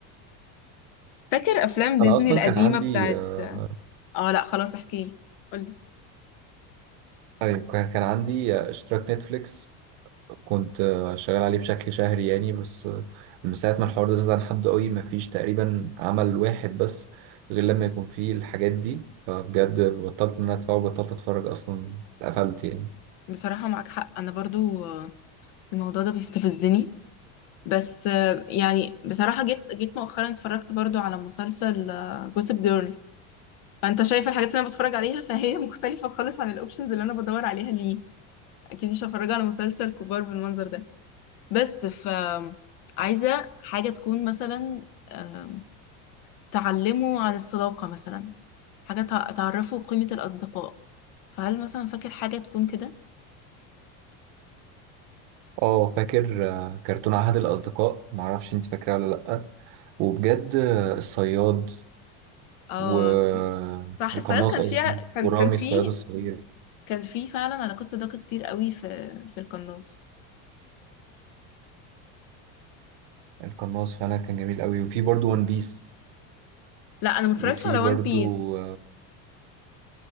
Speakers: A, on the left; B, on the right.
A: فاكر افلام ديزني
B: انا اصلا
A: القديمه
B: كان عندي
A: بتاعت
B: آه،
A: اه لا خلاص احكي لي قولي
B: أيوة، كان كان عندي آه، اشتراك نتفليكس كنت آه، شغال عليه بشكل شهري يعني بس آه، من ساعة ما الحوار ده زاد عن حد قوي مفيش تقريبا عمل واحد بس غير لما يكون فيه الحاجات دي فبجد بطلت ان انا ادفعه وبطلت اتفرج اصلا اتقفلت يعني
A: بصراحه معاك حق انا برضو آه، الموضوع ده بيستفزني بس آه، يعني بصراحه جيت جيت مؤخرا اتفرجت برضو على مسلسل جوسب جيرل فانت شايف الحاجات اللي انا بتفرج عليها فهي <laughs> مختلفه خالص عن الاوبشنز اللي انا بدور عليها ليه اكيد مش هفرجها على مسلسل كبار بالمنظر ده بس ف عايزه حاجه تكون مثلا آم، تعلمه عن الصداقه مثلا حاجه تع- تعرفه قيمه الاصدقاء فهل مثلا فاكر حاجه تكون كده
B: اه فاكر آه، كرتون عهد الاصدقاء معرفش انت فاكراه ولا لأ وبجد آه، الصياد
A: اه
B: والقناص
A: صح ساعات كان
B: قصدي
A: في ع- كان
B: ورامي
A: كان في
B: الصياد الصغير
A: كان في فعلا علاقات صداقه كتير قوي في في القناص
B: القناص فعلا كان جميل قوي وفي برضو ون بيس
A: لا انا ما اتفرجتش
B: وفي
A: على
B: برضو
A: وان بيس